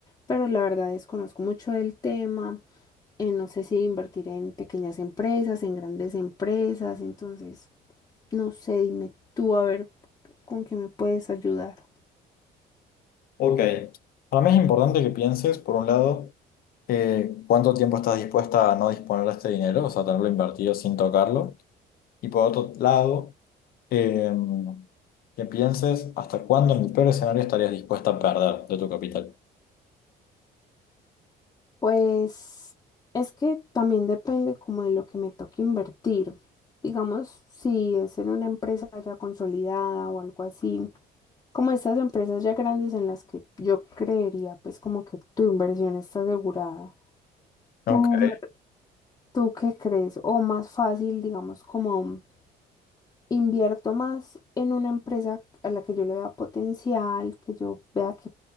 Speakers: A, on the left; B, on the left.
A: pero la verdad desconozco mucho del tema. Eh, no sé si invertir en pequeñas empresas, en grandes empresas, entonces no sé, dime tú a ver con qué me puedes ayudar.
B: Ok. Para mí es importante que pienses, por un lado, eh, cuánto tiempo estás dispuesta a no disponer de este dinero, o sea, tenerlo invertido sin tocarlo. Y por otro lado, eh, que pienses hasta cuándo en el peor escenario estarías dispuesta a perder de tu capital.
A: Pues es que también depende como de lo que me toque invertir. Digamos, si es en una empresa ya consolidada o algo así, como estas empresas ya grandes en las que yo creería, pues como que tu inversión está asegurada.
B: Ok.
A: ¿Tú, me- tú qué crees? O más fácil, digamos, como invierto más en una empresa a la que yo le vea potencial, que yo vea que